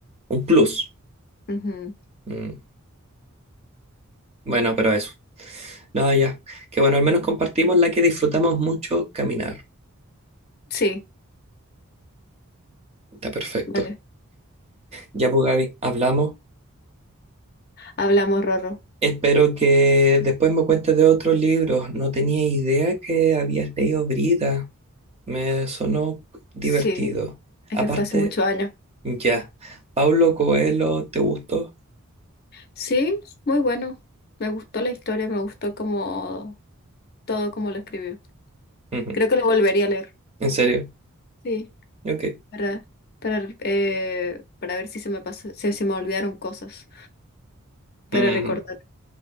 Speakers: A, on the right; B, on the left.
A: un plus.
B: Ujú.
A: Mm. Bueno, pero eso. No, ya. Que bueno, al menos compartimos la que disfrutamos mucho caminar.
B: Sí,
A: Está perfecto.
B: vale.
A: Ya, pues Gaby, hablamos.
B: Hablamos, Rorro.
A: Espero que después me cuentes de otros libros. No tenía idea que habías leído Brida. Me sonó divertido.
B: Sí, es
A: Aparte,
B: que fue hace muchos años.
A: ya. ¿Paulo Coelho te gustó?
B: Sí, muy bueno. Me gustó la historia, me gustó como todo como lo escribió.
A: Ujú.
B: Creo que lo volvería a leer.
A: ¿En serio?
B: Sí.
A: Ok.
B: para, para, eh, para ver si se me pasó, si se me olvidaron cosas, para
A: Mm,
B: recordar.